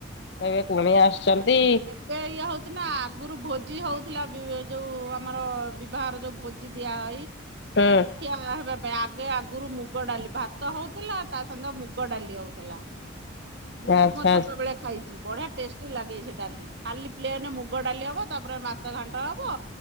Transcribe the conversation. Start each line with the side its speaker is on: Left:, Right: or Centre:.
Left: କହିବେ କୁଣିଆ ଆସିଛନ୍ତି।
Right: ଏବେ ଇଏ ହଉଛି ନା ଆଗରୁ ଭୋଜି ହଉଥିଲା ବି ଯୋଉ ଆମର ବିବାଘର ଯୋଉ ଭୋ ଭୋଜି ଦିଆ ହୋଇ
Left: ହୁଁ
Right: ହଁ ଖିଆ ହେବା ପାଇଁ ଆଗେ ଆଗରୁ ମୁଗ ଡାଲି ଭାତ ହଉଥିଲା ତା ସନ୍ତ ମୁଗ ଡାଲି ହଉଥିଲା। ମୁଁ
Left: ଆଚ୍ଛା
Right: ବି ମୋ ଛୋଟ
Left: ଆଚ୍ଛା
Right: ବେଳେ ଖାଇଛି ବଢିଆ ଟେଷ୍ଟି ଲାଗେ ସେ ଡାଲି କାଲି ପ୍ଲେନ ମୁଗ ଡାଲି ହବ ତାପରେ ମାଛ ଘାଣ୍ଟ ହବ